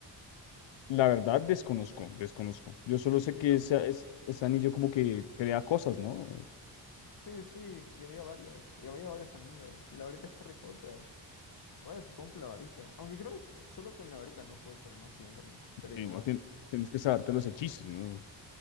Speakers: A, on the left; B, on the left.
A: La verdad, desconozco, desconozco. Yo solo
B: <laughs>
A: sé
B: Yo
A: que
B: tampoco
A: ese,
B: hice.
A: es- ese anillo como que crea cosas, ¿no?
B: Sí, sí, y había varios, y había varios anillos, y la varita de Harry Potter. Bueno, supongo que la varita. Aunque creo que s- solo con la varita no puede ser magia, entonces sería
A: Y
B: igual.
A: no tien- tienes que saberte los hechizos, ¿no?